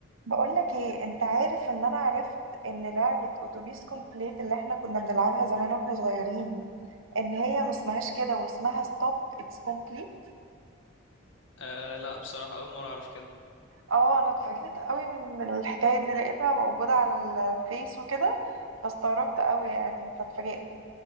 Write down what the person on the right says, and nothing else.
بقولك ايه انت عارف ان انا عرفت ان لعبة اتوبيس كومبليت اللي احنا كنا بنلعبها زمان واحنا صغيرين ان هي ما اسمهاش كده واسمها ستوب اتس كومبليت
اه انا اتفاجئت قوي من الحكاية دي لقيتها موجودة على الفيس وكده فاستغربت قوي يعني فاتفاجئت